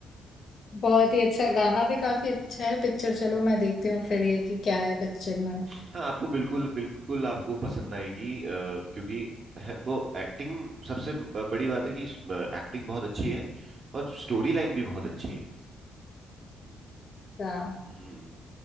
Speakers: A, on the left; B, on the right.
A: बहुत ही अच्छा गाना भी काफी अच्छा है पिक्चर चलो मैं देखती हूँ फिर ये कि क्या है पिक्चर
B: हम्म,
A: में
B: हाँ आपको बिल्कुल बिल्कुल आपको पसंद आएगी अ, क्योंकि है, वो एक्टिंग सबसे ब- बड़ी बात है कि एक्टिंग बहुत अच्छी है और स्टोरी लाइन भी बहुत अच्छी है
A: हाँ
B: हम्म